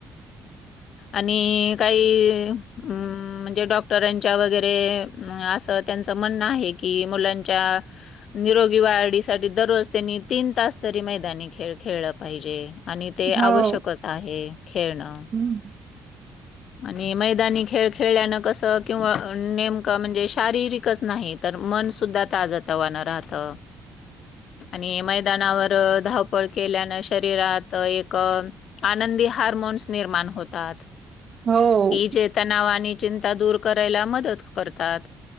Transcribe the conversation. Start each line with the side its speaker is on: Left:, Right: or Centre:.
Left: आणि काही हम. म्हणजे डॉक्टरांच्या वगैरे, असं त्यांचं म्हणणं आहे की मुलांच्या. निरोगी वाढसाठी दररोज त्यांनी तीन तास तरी मैदानी खेळ खेळ. पाहिजे, आणि ते
Right: हो
Left: आवश्यकच आहे खेळणं.
Right: हम्म
Left: आणि मैदानी खेळ खेळल्यानं कसं, किंवा नेमकं म्हणजे शारीरिकच नाहीत. तर मन सुुद्धा ताज तवानं राहतं. आणि मैदानावर धावपळ केल्यानं. त्यात एक, आनंदी हार्मोन्स निर्माण होतात.
Right: हो
Left: जे तणाव आणि चिंता दूर, करायला मदत करतात.